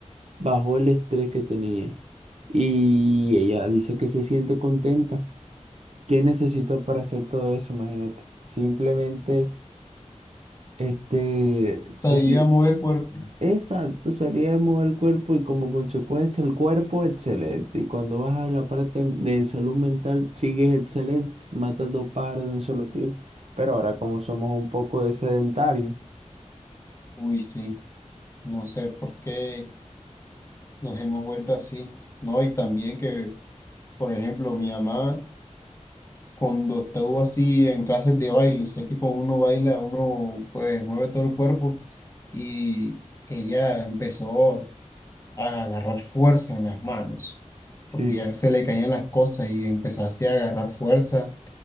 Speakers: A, on the right; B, on the left.
A: bajó el estrés que tenía. Y ella dice que se siente contenta. ¿Qué necesitó para hacer todo eso? Imagínate. Simplemente Este, sueli-
B: O sea, a mover el cuerpo.
A: exacto, salíamos del cuerpo y como consecuencia el cuerpo excelente. Y cuando vas a la parte de salud mental, sigues excelente, matas dos pájaros de un solo tiro. Pero ahora como somos un poco de sedentarios,
B: Uy, sí, no sé por qué nos hemos vuelto así, ¿no? Y también que, por ejemplo, mi mamá, cuando estuvo así en clases de baile, sé que cuando uno baila, uno pues mueve todo el cuerpo y ella empezó a agarrar fuerza en las manos, porque
A: sí,
B: ya se le caían las cosas y empezó así a agarrar fuerza,